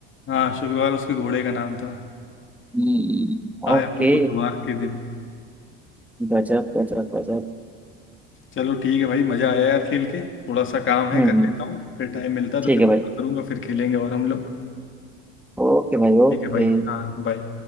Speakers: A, on the left; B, in the centre.
A: हाँ शुक्रवार उसके घोड़े का नाम था
B: हम्म,
A: आया
B: ओके
A: वो बुधवार के दिन
B: गजब गजब गजब
A: चलो ठीक है भाई मजा आया यार खेल के थोड़ा सा काम है
B: हम्म
A: कर लेता हूँ फिर टाइम मिलता है तो
B: ठीक
A: फिर
B: है
A: कॉल
B: भाई
A: करूंगा फिर खेलेंगे और हम लोग
B: ओके भाई ओके
A: ठीक है भाई हाँ बाय